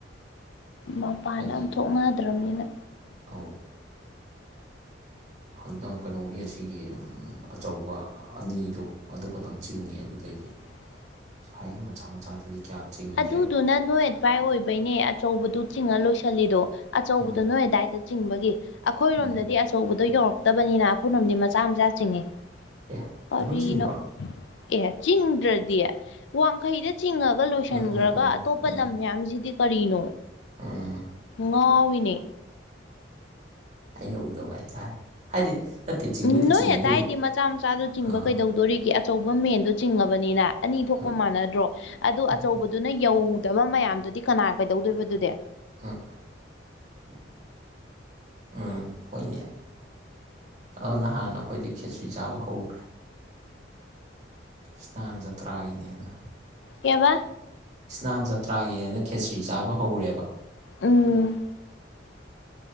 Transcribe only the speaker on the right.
ꯍꯥꯏꯗꯤ
ꯑꯧ ꯍꯟꯗꯛ ꯀꯩꯅꯣꯒꯤ ꯑꯁꯤꯒꯤ ꯎꯝ ꯑꯆꯧꯕ ꯑꯅꯤꯗꯣ ꯑꯗꯨ ꯈꯠꯇꯪ ꯆꯤꯡꯉꯦ ꯑꯗꯨꯗꯩꯗꯤ
ꯊꯥꯏꯒꯤ ꯃꯆꯥ ꯃꯆꯥꯗꯨꯗꯤ ꯀꯌꯥ ꯆꯤꯡꯗ꯭ꯔꯦꯕ
ꯎꯝ
ꯎꯝ
ꯑꯦ
ꯑꯗꯨꯝ ꯆꯤꯡꯕ꯭ꯔꯣ
ꯎꯝ ꯎꯝ ꯎꯝ
ꯎꯝ
ꯎꯝ
ꯑꯩꯅ ꯎꯗꯕ ꯍꯥꯏꯇꯥꯔꯦ ꯍꯥꯏꯗꯤ ꯅꯠꯇꯦ ꯆꯤꯡꯕꯨꯗꯤ
ꯆꯤꯡꯉꯦ
ꯑꯗꯨ ꯑꯣꯏꯔꯁꯨ ꯑꯥ
ꯎꯝ
ꯎꯝ ꯎꯝ ꯍꯣꯏꯅꯦ ꯑꯗ ꯅꯍꯥꯟꯅ ꯈꯣꯏꯗꯤ ꯈꯦꯆ꯭ꯔꯤ ꯆꯥꯕ ꯍꯧꯈ꯭ꯔꯦ ꯏꯁ ꯅꯍꯥꯟ ꯖꯇ꯭ꯔꯥꯒꯤꯅꯦꯅ
ꯏꯁ ꯅꯍꯥꯟ ꯖꯇ꯭ꯔꯥꯒꯤꯅꯦꯅ ꯈꯦꯆ꯭ꯔꯤ ꯆꯥꯕ ꯍꯧꯔꯦꯕ